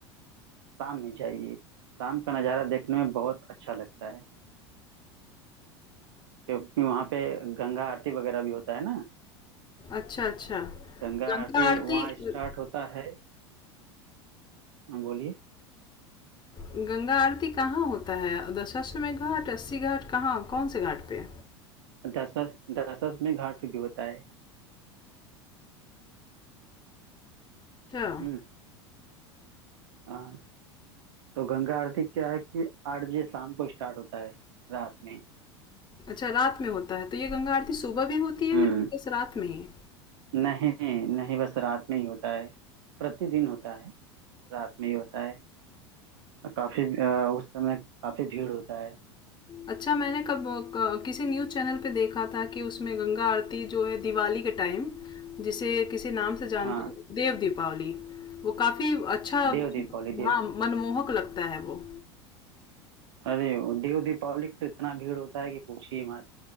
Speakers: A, on the right; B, on the left.
A: शाम में जाइए शाम का नज़ारा देखने में बहुत अच्छा लगता है क्योंकि वहाँ पे गंगा आरती वगैरह भी होता है ना
B: अच्छा, अच्छा।
A: गंगा
B: गंगा
A: आरती
B: आरती
A: वहाँ स्टार्ट
B: अ,
A: होता है हाँ, बोलिए
B: गंगा आरती कहाँ होता है? दशाश्वमेध घाट, अस्सी घाट कहाँ कौन-से घाट पे?
A: दशरथ दशरथ में घाट पे भी होता है
B: अच्छा,
A: हम्म हाँ तो गंगा आरती क्या है कि आठ बजे शाम को स्टार्ट होता है रात में
B: अच्छा रात में होता है, तो ये गंगा आरती सुबह भी होती है
A: हम्म
B: या बस रात में ही?
A: नहीं नहीं बस रात में ही होता है प्रतिदिन होता है रात में ही होता है और काफी अ, उस समय काफी भीड़ होता है
B: अच्छा मैंने कब क किसी न्यूज़ चैनल पे देखा था कि उसमें गंगा आरती जो है दिवाली के टाइम, जिसे किसी नाम से जानते
A: हाँ
B: हैं देव दीपावली, वो काफ़ी अच्छा
A: देव दीपावली देव
B: हाँ, मनमोहक लगता है वो।
A: अरे वो देव दीपावली की तो इतना भीड़ होता है कि पूछिए मत